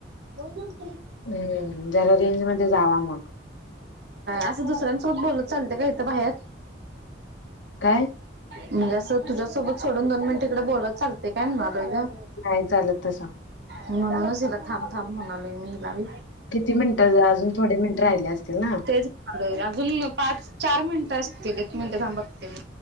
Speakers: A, on the right; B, on the left.
A: तर
B: हम्म जरा रेंज मध्ये जावा मग
A: असं दुसऱ्यांसोबत बोलत चालते का इथं बाहेर
B: काय
A: म्हणजे अस तुझ्यासोबत सोडून दोन मिनिटकडे बोलत चाल काय म्हणालोय का
B: नाही चालत तसं
A: म्हणूनच हिला थांब थांब म्हणाले मी हिला ब
B: किती मिनिटं अजून थोडे मिनिट राहिले असतील ना
A: तेच अजून पाच चार मिनट असतील एक मिनट थांब बघते मी